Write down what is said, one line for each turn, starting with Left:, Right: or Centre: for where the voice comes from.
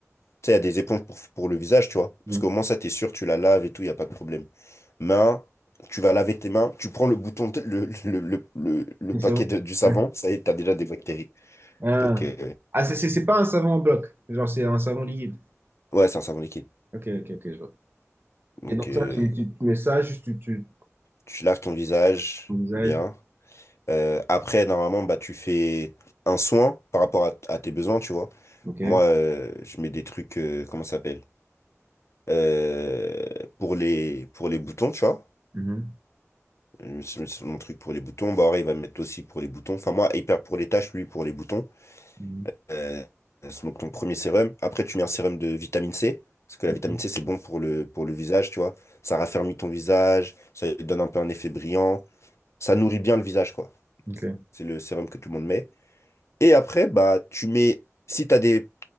Left: tu sais, il y a des éponges pour, pour le visage, tu vois.
Right: mais-
Left: Parce qu'au moins, ça, t'es sûr, tu la laves et tout, il y a pas de problème. Main, tu vas laver tes mains, tu prends le bouton, de- le, le, le, le, le
Right: mais
Left: paquet
Right: ça va.
Left: de- du savon,
Right: Ouais.
Left: ça y est, t'as déjà des bactéries.
Right: Ah,
Left: Donc, euh,
Right: Ah, c'est c'est- c'est pas un savon en bloc, genre, c'est un savon liquide.
Left: ouais, c'est un savon liquide.
Right: Ok, ok, ok, je vois.
Left: Donc,
Right: Et donc,
Left: euh,
Right: ça, tu, tu- tu mets ça, juste tu. tu...
Left: tu laves ton visage
Right: au visage.
Left: bien. Euh, après, normalement, bah, tu fais un soin par rapport à, à tes besoins, tu vois.
Right: Ok.
Left: Moi, euh, je mets des trucs, euh, comment ça s'appelle? Euh, pour les, pour les boutons, tu vois.
Right: Mhm.
Left: Euh, C'est c'est mon truc pour les boutons. Bah, il va me mettre aussi pour les boutons. Enfin, moi, hyper pour les taches, lui, pour les boutons.
Right: Mhm.
Left: euh, c'est donc ton premier sérum. Après, tu mets un sérum de vitamine C, parce que
Right: Mhm.
Left: la vitamine C, c'est bon pour le, pour le visage, tu vois. Ça raffermit ton visage, ça donne un peu un effet brillant, ça nourrit bien le visage, quoi.
Right: Ok.
Left: C'est le sérum que tout le monde met. Et après, bah, tu mets, si tu as des,